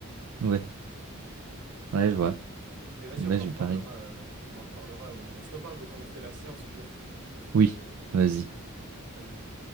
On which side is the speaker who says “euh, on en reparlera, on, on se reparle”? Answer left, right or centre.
Right